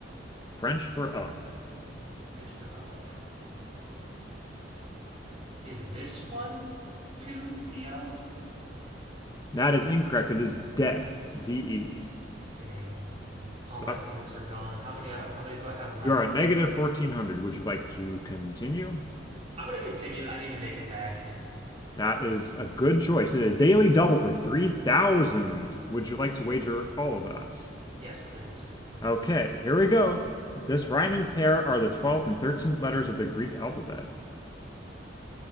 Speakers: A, on the left; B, on the right.
A: French for of.
B: transfer of is this one two TO?
A: That is incorrect. It is de, D-E.
B: Dang,
A: So
B: all my points are gone. How many uh, how many do I have left?
A: you are at negative 1400. Would you like to continue?
B: I'm gonna continue. I need to make it back.
A: That is a good choice. It is daily double for 3,000. Would you like to wager all of that?
B: Yes, please.
A: Okay, here we go. This rhyming pair are the 12th and 13th letters of the Greek alphabet.